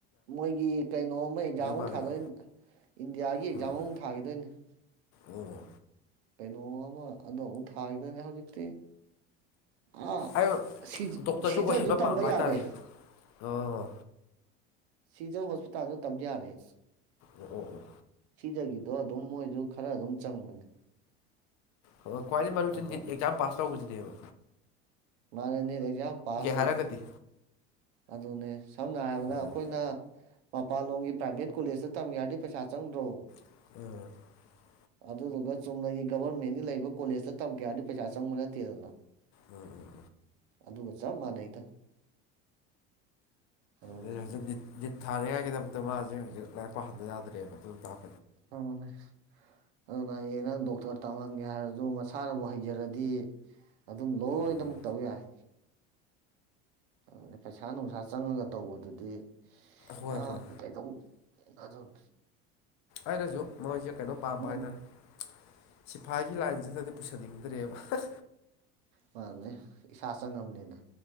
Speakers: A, on the right; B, on the left.
A: ꯃꯣꯏꯒꯤ ꯀꯩꯅꯣꯃ ꯑꯦꯛꯖꯥꯝꯃꯨꯛ
B: ꯃꯥꯜꯂꯦꯕ
A: ꯊꯥꯗꯣꯏꯅꯤ ꯏꯟꯗꯤꯌꯥꯒꯤ ꯑꯦꯛꯖꯥꯝꯃꯨꯛ
B: ꯎꯝ
A: ꯊꯥꯈꯤꯗꯣꯏꯅꯤ
B: ꯑꯣ
A: ꯀꯩꯅꯣ ꯑꯃ ꯑ ꯑꯃꯨꯛ ꯊꯥꯈꯤꯗꯣꯏꯅꯦ ꯍꯧꯖꯤꯛꯇꯤ ꯑꯥ
B: ꯑꯩ
A: ꯁꯤꯖ
B: ꯗꯣꯛꯇꯔꯁꯨ
A: ꯁꯤꯖꯁꯨ
B: ꯑꯣꯏꯍꯟꯕ
A: ꯇꯝꯕ
B: ꯄꯥꯝꯕ ꯍꯥꯏꯇꯥꯔꯦ
A: ꯌꯥꯔꯦ
B: ꯑꯥ
A: ꯁꯤꯖ ꯍꯣꯁꯄꯤꯇꯥꯜꯁꯨ ꯇꯝ ꯌꯥꯔꯦ
B: ꯑꯣ ꯑꯣ ꯑꯣ
A: ꯁꯤꯖꯒꯤꯗꯣ ꯑꯗꯨꯝ ꯃꯣꯏꯁꯨ ꯈꯔ ꯑꯗꯨꯝ ꯆꯪꯕꯅꯦ
B: ꯑꯣ ꯈꯋ꯭ꯥꯏꯗꯩꯩ ꯃꯔꯨꯖꯦ
A: ꯑꯗꯣ
B: ꯅꯤꯠ ꯑꯦꯛꯖꯥꯝ ꯄꯥꯁ ꯇꯧꯗꯨꯅꯦꯕ
A: ꯃꯥꯅꯦ ꯅꯤꯠ ꯑꯦꯛꯖꯥꯝ ꯄꯥꯁ ꯇꯧꯕ
B: ꯍꯥꯏꯔꯒꯗꯤ
A: ꯑꯗꯨꯅꯦ ꯁꯝꯅ ꯍꯥꯏꯔꯕꯗ
B: ꯎꯝ
A: ꯑꯩꯈꯣꯏꯅ ꯃꯄꯥꯟꯂꯣꯝꯒꯤ ꯄ꯭ꯔꯥꯏꯚꯦꯠ ꯀꯣꯂꯦꯖꯇ ꯇꯝꯒꯦ ꯍꯥꯏꯔꯗꯤ ꯄꯩꯁꯥ ꯆꯪꯗ꯭ꯔꯣ
B: ꯑ
A: ꯑꯗꯨꯗꯨꯒ ꯆꯨꯝꯅꯒꯤ ꯒꯕꯔꯃꯦꯟꯒꯤ ꯂꯩꯕ ꯀꯣꯂꯦꯖꯇ ꯇꯝ ꯀꯌꯥ ꯍꯥꯏꯔꯗꯤ ꯄꯩꯁꯥ ꯆꯪꯕ ꯅꯠꯇꯦꯗꯅ
B: ꯎꯝ ꯎꯝ
A: ꯑꯗꯨꯒ ꯆꯞ ꯃꯥꯟꯅꯩꯗ ꯑꯗꯨꯅꯤ
B: ꯑꯗꯨ ꯍꯧꯖꯤꯛ ꯅꯤꯠ ꯅꯤꯠ ꯊꯥꯔꯤꯉꯥꯏꯒꯤꯗꯃꯛꯇ ꯃꯥ ꯍꯧꯁꯦ ꯍꯧꯖꯤꯛ ꯂꯥꯏꯛꯄ ꯍꯟꯕ ꯌꯥꯗ꯭ꯔꯦꯕ ꯑꯗꯨꯟ ꯇꯥꯛ
A: ꯑꯣ ꯅꯦꯁ ꯑꯗꯨꯅꯌꯦꯡ ꯅꯪ ꯗꯣꯛꯇꯔ ꯇꯝꯍꯟꯒꯦ ꯍꯥꯏꯔꯁꯨ ꯃꯁꯥꯅꯕꯨ ꯍꯩꯖꯔꯗꯤ ꯑꯗꯨꯝ ꯂꯣꯏ
B: ꯎꯝ
A: ꯗꯨꯝ ꯇꯧ ꯌꯥꯏ ꯗꯨꯅ ꯄꯩꯁꯥ ꯅꯨꯡꯁꯥ ꯆꯪꯉꯒ ꯇꯧꯕꯗꯨꯗꯤ
B: ꯍꯣꯏ
A: ꯑ
B: ꯍꯣꯏ
A: ꯀꯩ ꯗꯧ ꯐꯗꯨꯟ
B: ꯑꯩꯅꯁꯨ ꯃꯣꯏꯁꯦ ꯀꯩꯅꯣ ꯄꯥꯝꯕ
A: ꯎꯝ
B: ꯍꯥꯏꯇꯥꯔꯦ ꯁꯤꯐꯥꯏꯒꯤ ꯂꯥꯏꯟꯁꯤꯗꯗꯤ ꯄꯨꯁꯟꯅꯤꯡꯗ꯭ꯔꯦꯕ
A: ꯃꯥꯅꯦ ꯏꯁꯥ ꯆꯪꯉꯝꯅꯤꯅ